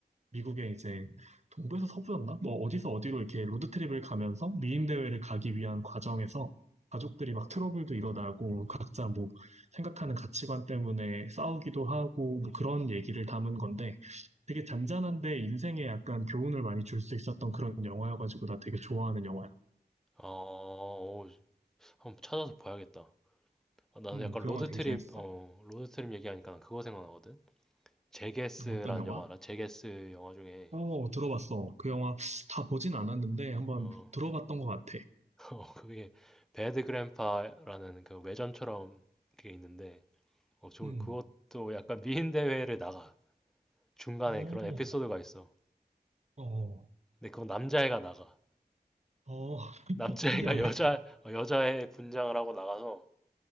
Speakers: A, on the right (about 40°); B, in the centre.
A: 미국에 이제 동부에서 서부였나? 뭐 어디서 어디로 이렇게 로드트립을 가면서 미인대회를 가기 위한 과정에서 가족들이 막 트러블도 일어나고 각자 뭐 생각하는 가치관 때문에 싸우기도 하고 뭐 그런 얘기를 담은 건데 되게 잔잔한데 인생에 약간 교훈을 많이 줄 수 있었던 그런 영화여가지고 나 되게 좋아하는 영화야.
B: 어, 오, 한번 찾아서 봐야겠다. 아, 나도
A: 음,
B: 약간
A: 그
B: 로드트립,
A: 영화 되게 재밌어.
B: 어, 로드트립 얘기하니까 난 그거 생각나거든? 제게스라는
A: 어떤 영화?
B: 영화 알아? 제게스 영화 중에,
A: 어, 들어봤어. 그 영화 다 보진 않았는데 한번
B: 어,
A: 들어봤던 것 같아.
B: <laughs> 어, 그게 배드 그랜파라는 그 외전처럼 그게 있는데, 어, 저
A: 음,
B: 그것도 약간 미인 대회를 나가. 중간에
A: 어,
B: 그런 에피소드가 있어.
A: 어,
B: 근데 그건 남자애가 나가.
A: 어, <laughs>
B: 남자애가
A: 특이하네.
B: <laughs> 여자, 어, 여자애 분장을 하고 나가서